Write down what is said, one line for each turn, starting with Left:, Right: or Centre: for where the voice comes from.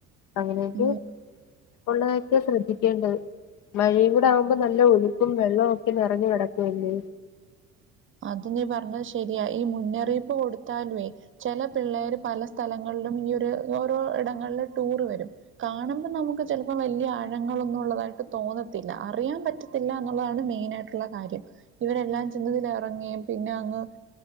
Left: അങ്ങനെയൊക്കെ
Right: ഉം
Left: ഉള്ളതൊക്കെയാ ശ്രദ്ധിക്കേണ്ടത് മഴയും കൂടെ ആവുമ്പോ നല്ല ഒഴുക്കും വെള്ളവും ഒക്കെ നിറഞ്ഞു കിടക്കുവല്ലേ
Right: അത് നീ പറഞ്ഞത് ശരിയാ ഈ മുന്നറിയിപ്പ് കൊടുത്താലുവേ ചില പിള്ളേര് പല സ്ഥലങ്ങളിലും ഈ ഒരു ഓരോ ഇടങ്ങളും ടൂർ വരും കാണുമ്പോൾ നമുക്ക് ചിലപ്പോ വല്ല്യ ആഴങ്ങളൊന്നും ഉള്ളതായിട്ട് തോന്നത്തില്ല അറിയാൻ പറ്റത്തില്ല എന്നുള്ളതാണ് മെയിൻ ആയിട്ടുള്ള കാര്യം ഇവരെല്ലാം ചെന്നതില് റങ്ങിയും പിന്നെ അങ്ങ്